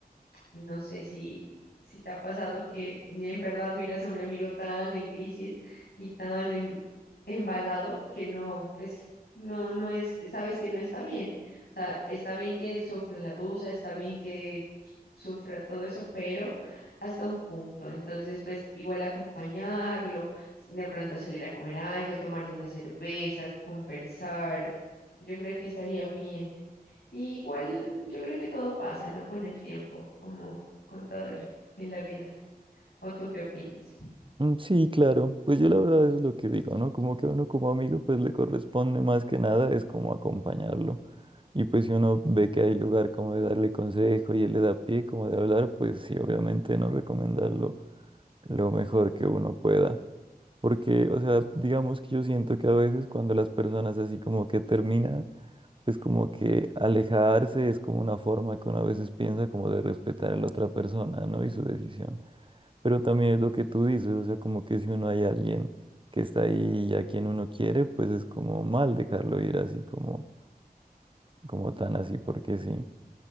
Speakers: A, on the left (about 85°); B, on the right (about 30°).
A: no sé si, si te ha pasado que en verdad miras a un amigo tan en crisis y tan em- embalado que no, pues no, no es, sabes que no está bien. O sea, está bien que sufran la duda, está bien que sufra todo eso, pero hasta un punto. Entonces, pues igual acompañarlo, de pronto salir a comer algo, tomarse una cerveza, conversar. Yo creo que estaría bien. Y igual yo creo que todo pasa, ¿no? Con el tiempo, como con todo lo, en la vida. ¿O tú qué opinas?
B: Mm, Sí, claro, pues yo la verdad eso es lo que digo, ¿no? Como que uno como amigo pues le corresponde más que nada es como acompañarlo. Y pues si uno ve que hay lugar como de darle consejo y él le da pie como de hablar, pues sí, obviamente no recomendarlo lo mejor que uno pueda. Porque, o sea, digamos que yo siento que a veces cuando las personas así como que terminan, pues como que alejarse es como una forma que uno a veces piensa como de respetar a la otra persona, ¿no? Y su decisión. Pero también es lo que tú dices, o sea, como que si uno hay alguien que está ahí y a quien uno quiere, pues es como mal dejarlo ir así como, como tan así porque sí.